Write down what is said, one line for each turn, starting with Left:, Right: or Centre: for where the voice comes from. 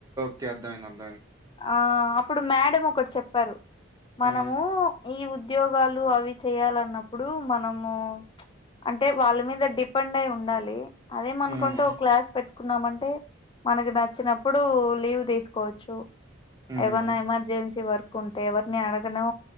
Right: ఒక అర్ధం అయింది
Left: ఆ అప్పుడు మేడం ఒకటి చెప్పారు మనము
Right: హ్మ్
Left: ఈ ఉద్యోగాలు అవి చేయాలన్నప్పుడు మనము అంటే వాళ్ళ మీద డిపెండ్ అయి ఉండాలి అదేమనుకుంటే
Right: హ్మ్
Left: ఒక క్లాస్ పెట్టుకున్నామంటే మనకి నచ్చ వచ్చినప్పుడు లీవ్ తీసుకోవచ్చు
Right: హ్మ్
Left: ఏమన్నా ఎమర్జెన్సీ వర్క్ కుంటే ఎవరిని అడగను